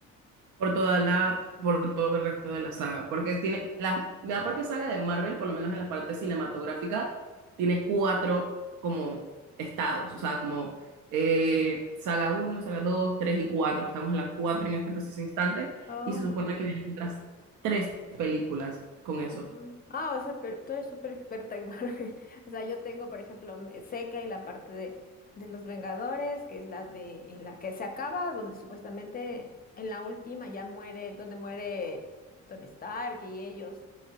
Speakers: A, on the right; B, on the left.
A: por toda la, por todo el resto de la saga, porque tiene la, la propia saga de Marvel, por lo menos en la parte cinematográfica, tiene cuatro como estados, o sea, como eh, saga uno saga dos 3 y cuatro estamos en la 4 en este preciso instante,
B: Oh
A: y se
B: my.
A: supone que vienen otras tres películas con eso.
B: Ajá. Ah, o sea, pero tú eres súper experta en Marvel. <laughs> O sea, yo tengo, por ejemplo, me- sé que hay la parte de, de los Vengadores, que es la de, en la que se acaba, donde supuestamente en la última ya muere, donde muere Tony Stark y ellos.